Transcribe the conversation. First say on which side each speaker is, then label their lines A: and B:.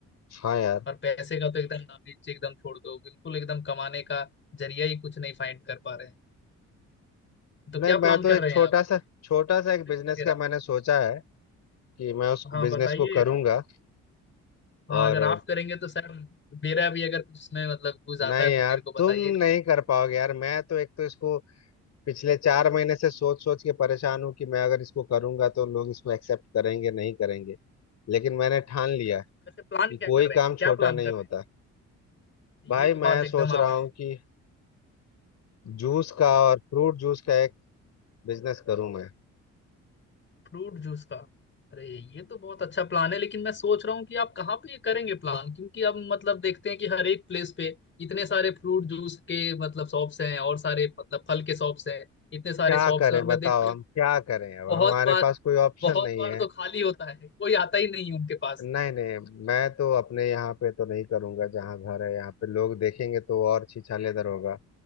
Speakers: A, on the left; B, on the left.
A: हाँ यार
B: और पैसे का तो एकदम नाम एकदम छोड़ दो बिल्कुल एकदम कमाने का जरिया ही कुछ नहीं फाइंड कर पा रहे हैं तो
A: नहीं
B: क्या
A: मैं
B: प्लान
A: तो
B: कर
A: एक
B: रहे
A: छोटा
B: हैं आप
A: सा छोटा सा एक
B: बिजनेस
A: बिजनेस
B: वगैरह
A: का मैंने सोचा है कि मैं उस
B: हाँ
A: बिजनेस
B: बताइए
A: को करूंगा
B: हाँ
A: और
B: अगर आप करेंगे तो सर मेरा भी अगर कुछ इसमें मतलब यूज आता
A: नहीं
B: है
A: यार
B: तो मेरे को
A: तुम
B: बताइएगा
A: नहीं कर पाओगे यार मैं तो एक तो इसको पिछले चार महीने से सोच सोच के परेशान हूँ कि मैं अगर इसको करूंगा तो लोग इसको एक्सेप्ट करेंगे नहीं करेंगे लेकिन मैंने ठान लिया
B: क्या वैसे प्लान
A: कि
B: क्या
A: कोई
B: कर रहे हैं
A: काम
B: क्या
A: छोटा
B: प्लान
A: नहीं
B: कर
A: होता
B: रहे हैं ये
A: भाई
B: तो बात
A: मैं सोच
B: एकदम आप
A: रहा हूँ कि जूस का और फ्रूट जूस का एक बिजनेस करूँ मैं
B: फ्रूट जूस का अरे ये तो बहुत अच्छा प्लान है लेकिन मैं सोच रहा हूँ कि आप कहाँ पे ये करेंगे प्लान क्योंकि अब मतलब देखते हैं कि हर एक प्लेस पे इतने सारे फ्रूट जूस के मतलब शॉप्स हैं और सारे मतलब फल के शॉप्स हैं इतने सारे
A: क्या
B: शॉप्स
A: करें
B: हैं और
A: बताओ
B: मैं देखता
A: हम
B: हूँ
A: क्या करें अब
B: बहुत
A: हमारे
B: बार
A: पास कोई ऑप्शन
B: बहुत
A: नहीं
B: बार
A: है
B: तो खाली होता है कोई आता ही नहीं है उनके पास
A: नहीं नहीं मैं तो अपने यहाँ पे तो नहीं करूंगा जहाँ घर है यहाँ पे लोग देखेंगे तो और छिछालेदर होगा